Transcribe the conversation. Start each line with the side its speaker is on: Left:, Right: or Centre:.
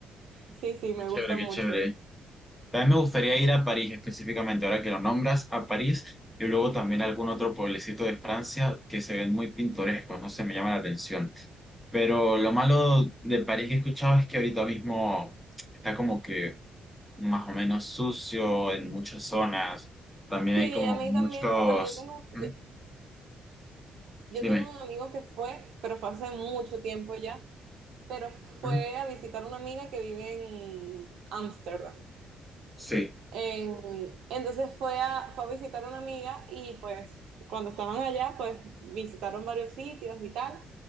Right: Sí, sí, me
Centre: qué chévere,
Right: gusta mucho.
Centre: qué chévere. También me gustaría ir a París específicamente, ahora que lo nombras, a París y luego también a algún otro pueblecito de Francia que se ven muy pintorescos, no sé, me llama la atención. Pero lo malo de París que he escuchado es que ahorita mismo está como que más o menos sucio en muchas zonas. También
Right: Sí,
Centre: hay como
Right: a mí
Centre: muchos...
Right: también, bueno, yo tengo,
Centre: ¿Mm?
Right: yo, yo
Centre: Dime.
Right: tengo un amigo que fue, pero fue hace mucho tiempo ya, pero fue
Centre: ¿Mm?
Right: a visitar a una amiga que vive en Ámsterdam.
Centre: Sí,
Right: En- entonces fue a, fue a visitar a una amiga y pues cuando estaban allá, pues visitaron varios sitios y tal.